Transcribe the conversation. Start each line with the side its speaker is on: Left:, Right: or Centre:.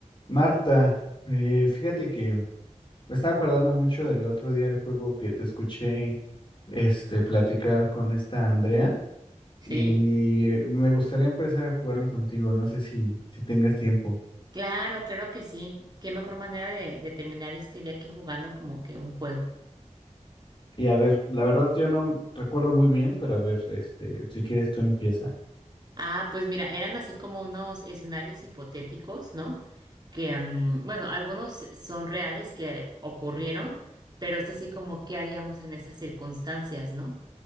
Left: Marta, eh, fíjate que me estaba acordando mucho del otro día el juego que te escuché este, platicar con esta Andrea
Right: Sí,
Left: y eh, me gustaría empezar a jugarlo contigo, no sé si, si tengas tiempo.
Right: claro, claro que sí. Qué mejor manera de, de terminar este día que jugando como que un juego.
Left: Y a ver, la verdad yo no recuerdo muy bien, pero a ver, este, si quieres tú empieza.
Right: Ah, pues mira, eran así como unos escenarios hipotéticos, ¿no? Que, mm, bueno, algunos son reales que ocurrieron, pero es así como qué haríamos en esas circunstancias, ¿no?